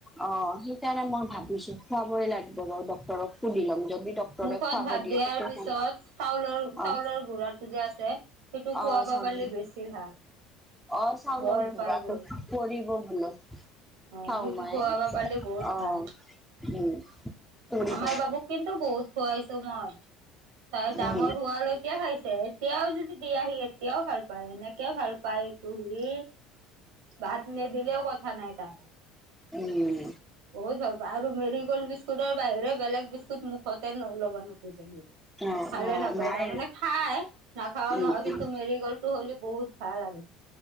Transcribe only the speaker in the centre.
অ' সেইকাৰণে মই ভাবিছো খুৱাবই লাগিব বাৰু ড্টৰক সুধি লম যদি ডক্তৰে
খুৱাব
দিয়ে
তেতিয়া
খাম।
অ',
অ' চল
অ' চাউলৰ
গুৰাটো।
কৰিব বোলে,
খাও
মায়ে,
অ'
উম। কৰিব
উম,
উম।
অ',
অ',
নাই
উম,
উম,